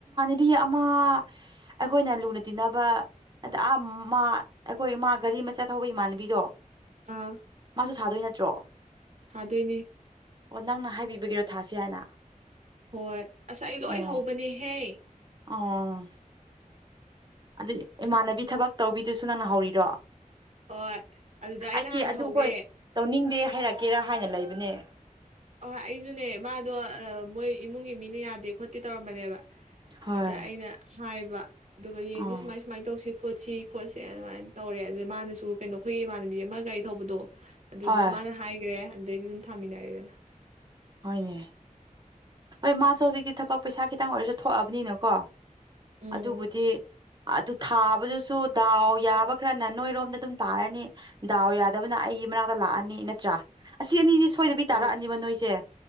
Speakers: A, on the right (about 30°); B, on the right (about 55°).
A: ꯕꯤ ꯑꯃ ꯑꯩꯈꯣꯏꯅ ꯂꯨꯅ ꯇꯤꯟꯅꯕ ꯑꯗ ꯑꯥ ꯃꯥ ꯑꯩꯈꯣꯏ ꯃꯥ ꯒꯥꯔꯤ ꯑꯃ ꯆꯠꯊꯧꯕ ꯏꯃꯥꯟꯅꯕꯤꯗꯣ
B: ꯑꯥ
A: ꯃꯥꯨ ꯊꯥꯗꯣꯏ ꯅꯠꯇ꯭ꯔꯣ
B: ꯍꯥꯗꯣꯏꯅꯦ
A: ꯑꯣ ꯅꯪꯅ ꯍꯥꯏꯕꯤꯕꯒꯤꯔꯣ ꯊꯥꯁꯤ ꯍꯥꯏꯅ
B: ꯍꯣꯏ ꯉꯁꯥꯏ ꯂꯣꯏ
A: ꯑꯣ
B: ꯍꯧꯕꯅꯦꯍꯦ
A: ꯑꯣ ꯑꯗꯨ ꯏꯃꯥꯟꯅꯕꯤ ꯊꯕꯛ ꯇꯧꯕꯤꯗꯨꯁꯨ ꯅꯪꯅ ꯍꯧꯔꯤꯔꯣ
B: ꯍꯣꯏ ꯑꯗꯨꯗ ꯑꯩꯅ
A: ꯑꯩꯗꯤ
B: ꯍꯥꯟꯅ
A: ꯑꯗꯨ
B: ꯍꯧꯔꯦ
A: ꯍꯣꯏ ꯇꯧꯅꯤꯡꯗꯦ ꯍꯥꯏꯔꯛꯀꯦꯔꯥ ꯍꯥꯏꯅ ꯂꯩꯕꯅꯦ
B: ꯑꯍꯣꯏ ꯑꯩꯁꯨꯅꯦ ꯃꯥꯗꯣ ꯃꯣꯏ ꯏꯃꯨꯡꯒꯤ ꯃꯤꯅ ꯌꯥꯗꯦ ꯈꯣꯠꯇꯦ ꯇꯧꯔꯝꯕꯅꯦꯕ
A: ꯍꯣꯏ
B: ꯑꯗ ꯑꯩꯅ ꯍꯥꯏꯕ ꯑꯗꯨꯒ ꯌꯦꯡꯁꯤꯦ
A: ꯑꯥ
B: ꯁꯨꯃꯥꯏ ꯁꯨꯃꯥꯏꯅ ꯇꯧꯁꯤ ꯈꯣꯠꯁꯤ ꯈꯣꯠꯁꯤ ꯑꯗꯨꯃꯥꯏꯅ ꯇꯧꯔꯦ ꯑꯗꯨꯗ ꯃꯥꯅꯁꯨ ꯀꯩꯅꯣ ꯑꯩꯈꯣꯏꯒꯤ ꯏꯃꯥꯟꯅꯕꯤ ꯑꯃ ꯒꯥꯔꯤ ꯊꯧꯕꯗꯣ ꯑꯗꯨꯗꯨꯁꯨ
A: ꯍꯣꯏ
B: ꯃꯥꯅ ꯍꯥꯏꯈ꯭ꯔꯦ ꯑꯗꯨꯗꯩꯗꯤ ꯑꯗꯨꯝ ꯊꯥꯃꯤꯟꯅꯔꯦꯗꯅ
A: ꯍꯣꯏꯅꯦ ꯍꯣꯏ ꯃꯥꯁꯨ ꯍꯧꯖꯤꯛꯇꯤ ꯊꯕꯛ ꯄꯩꯁꯥ ꯈꯤꯇꯪ ꯑꯣꯏꯔꯁꯨ ꯊꯣꯛꯑꯕꯅꯤꯅꯀꯣ
B: ꯎꯝ
A: ꯑꯗꯨꯕꯨꯗꯤ ꯑꯗꯨ ꯊꯥꯕꯗꯨꯁꯨ ꯗꯥꯎ ꯌꯥꯕ ꯈꯔꯅ ꯅꯣꯏꯔꯣꯝꯗ ꯑꯗꯨꯝ ꯇꯥꯔꯅꯤ ꯗꯥꯎ ꯌꯥꯗꯕꯅ ꯑꯩꯒꯤ ꯃꯅꯥꯛꯇ ꯂꯥꯛꯑꯅꯤ ꯅꯠꯇ꯭ꯔꯥ ꯑꯁꯤ ꯑꯅꯤꯗꯤ ꯁꯣꯏꯗꯕꯤ
B: ꯍꯣꯏ
A: ꯇꯥꯔꯛꯑꯅꯤꯕ ꯅꯣꯏꯁꯦ